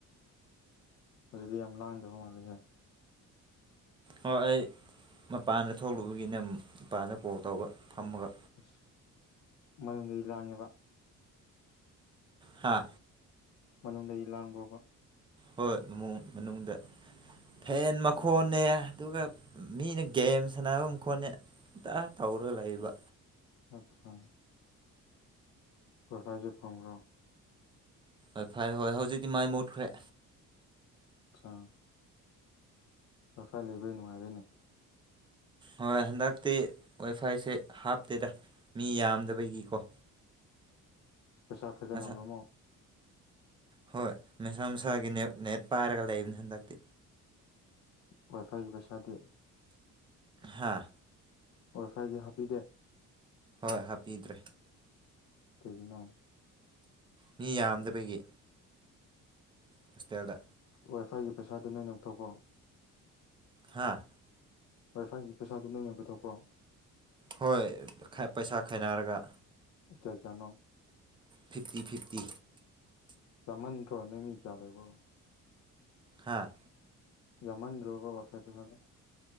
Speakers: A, on the left; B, on the right.
A: ꯑꯖꯤꯗꯤ ꯑꯝ ꯂꯗꯕꯔꯤ ꯍꯥꯏ
B: ꯑꯣ ꯑꯩ ꯃꯄꯥꯟꯗ ꯊꯣꯛꯂꯨꯕꯒꯤꯅꯦ ꯃꯄꯥꯟꯗ ꯀꯣꯜ ꯇꯧꯕ ꯊꯝꯃꯒ
A: ꯑꯁ ꯃꯔ ꯂꯥꯡꯉꯦꯕ
B: ꯍꯥ
A: ꯃꯅꯨꯡꯗꯗꯤ ꯂꯥꯡꯕ꯭ꯔꯣꯕ
B: ꯍꯣꯏꯃ ꯃꯅꯨꯡꯗꯗ ꯐꯦꯟ ꯃꯈꯣꯟꯅꯦ
A: ꯎꯝ
B: ꯑꯗꯨꯒ ꯃꯤꯅ ꯒꯦꯝꯁ ꯁꯥꯟꯅꯕ ꯈꯣꯠꯅꯦ ꯑꯝꯇ ꯇꯧꯔ ꯂꯩꯕ
A: ꯑꯆꯥ ꯀꯣꯏꯈꯥꯏꯁꯨ ꯐꯪꯕ꯭ꯔꯣ
B: ꯍꯣꯏ ꯐꯣꯏ ꯍꯣꯏ ꯍꯧꯖꯤꯛꯇꯤ ꯃꯥꯏ ꯃꯨꯠꯈ꯭ꯔꯦ
A: ꯑꯆꯥꯥ ꯋꯥꯐꯥꯏ ꯂꯩꯕꯩ ꯅꯨꯡꯉꯥꯏꯔꯦꯅꯦ
B: ꯍꯣꯏ ꯍꯟꯗꯛꯇꯤ ꯋꯥꯏꯐꯥꯏꯁꯦ ꯍꯥꯞꯇꯦꯗ ꯃꯤ ꯌꯥꯝꯗꯕꯒꯤꯀꯣ
A: ꯄꯩꯁꯥ ꯈꯒꯅꯪꯕ
B: ꯃꯁꯥ
A: ꯑꯃꯣ
B: ꯍꯣꯏ ꯃꯁꯥ ꯃꯁꯥꯒꯤ ꯅꯠ ꯅꯦꯠ ꯄꯥꯏꯔꯒ ꯂꯩꯕꯅꯤ ꯍꯟꯗꯛꯇꯤ
A: ꯋꯥꯏ ꯐꯥꯏꯒꯤ ꯄꯩꯁꯥꯗꯤ
B: ꯍꯥꯥ
A: ꯋꯥꯏ ꯐꯥꯏꯗꯤꯦ ꯍꯥꯞꯄꯤꯗꯦ
B: ꯍꯣꯏ ꯍꯥꯞꯄꯤꯗ꯭ꯔꯦ
A: ꯀꯖꯅꯣ
B: ꯃꯤ ꯌꯥꯝꯗꯕꯒꯤ ꯍꯣꯁꯇꯦꯜꯗ
A: ꯋꯥꯏꯐꯥꯏꯒꯤ ꯄꯩꯁꯥꯗꯨ ꯅꯣꯏꯅ ꯑꯃꯊꯄ꯭ꯔꯣꯑꯣ
B: ꯍꯥꯥ
A: ꯍꯣꯏ ꯐꯥꯏꯁꯤ ꯄꯩꯁꯥꯗꯨ ꯅꯣꯏꯅ ꯄꯨꯊꯣꯛꯄ꯭ꯔꯣ
B: ꯍꯣꯏ ꯄꯩꯁꯥ ꯈꯥꯏꯅꯔꯒ
A: ꯀꯌꯥ ꯀꯌꯥꯅꯣ
B: ꯐꯤꯞꯇꯤ ꯐꯤꯞꯇꯤ
A: ꯃꯟꯇ꯭ꯔ ꯅꯃꯤ ꯀ ꯂꯩꯦꯕꯣ
B: ꯍꯥꯥ
A: ꯌꯥꯃꯟꯗ꯭ꯔꯣꯒ ꯀꯁꯥꯏ ꯄꯩꯁꯥꯗ